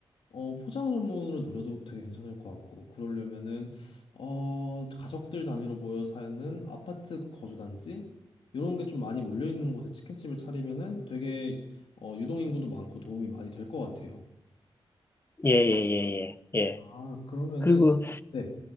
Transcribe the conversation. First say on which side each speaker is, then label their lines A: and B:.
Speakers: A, on the left; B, on the left.
A: 어, 포장 전문으로 노려도 되게 괜찮을 것 같고 그러려면은 어, 가족들 단위로 모여 사는 아파트 거주단지 이런 게 좀 많이 몰려 있는 곳에 치킨집을 차리면은 되게 어, 유동 인구도 많고 도움이 많이 될 것 같아요.
B: 예, 예, 예, 예. 예.
A: 아, 그러면은,
B: 그리고
A: 네,